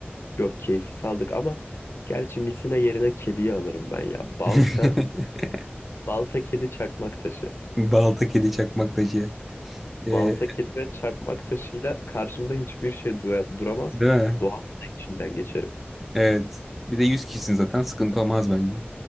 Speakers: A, on the left (about 70°); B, in the centre.
A: yok keyfi saldık ama gerçi misina yerine kediyi alırım ben ya. Balta,
B: <laughs>
A: balta kedi çakmak taşı.
B: Balta, kedi, çakmak taşı. E,
A: Balta, kedi ve çakmak taşıyla karşımda hiçbir şey dura- duramaz.
B: değil mi?
A: Doğanın da içinden geçerim.
B: Evet. Bir de 100 kişisin zaten sıkıntı olmaz bence.